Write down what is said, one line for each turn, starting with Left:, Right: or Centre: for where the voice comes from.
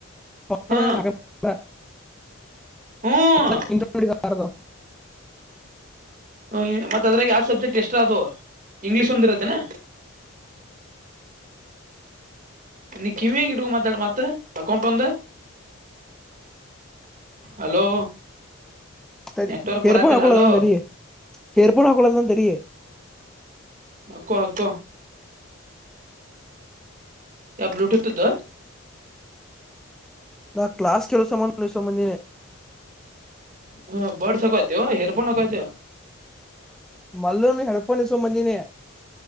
Centre: ಫರ್ಸ್ಟೆಂಧ,
Right: ಹಾ
Centre: ನಾಲಕ್ಕು, ಪೇಪರು. <unintelligible>
Right: ಹ್ಮ್
Centre: ಅಂಟಡಿಾರದ
Right: ಹ ಮತ್ತತ್ ಅದ್ರಾಗ ಯಾವ್ ಸಬ್ಜೆಕ್ಟ್ ಎಷ್ಟ ಅದು ಇಂಗ್ಲೀಷ್ ಒಂದ್ಿರತ್ತೇನೆ ನೀ ಕಿವಿಯಗ ಇಟ್ಕ ಮಾತಾಡು ಮತ್ತೆ ಅಕೌಂಟ್ ಒಂದ ಹಲೋ
Centre: ತರಿ
Right: ನೆಟ್ವರ್ಕ್
Centre: ಹರ್ಪಡ
Right: ಬರತಿಲ್ಲ
Centre: ಆಕೋಲದ
Right: ಹಲೋ
Centre: ತರಿ ಹೇರ್ಪೋನ ಹಕಲದ ತರ
Right: ಹಕ್ಕೋ ಹಕ್ಕ ಇ ಬ್ಲೂಟಥದ
Centre: ನಾ ಕ್ಲಾಸ್ ಕೆಲವು ಸಮಬಧ ಸಂಬಂಧೇ
Right: ಹ ಬರ್ಡ್ಸ್ ಹಕವತ ಹೇರ್ಫೋನ್ ಹಕತ
Centre: ಮಲ್ಲನು ಹಣಪನಿಸು ಮಜಿನ